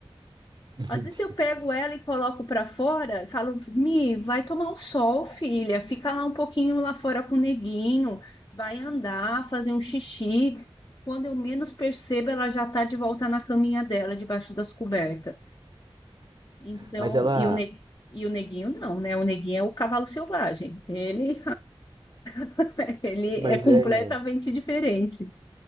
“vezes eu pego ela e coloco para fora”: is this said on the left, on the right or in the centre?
Left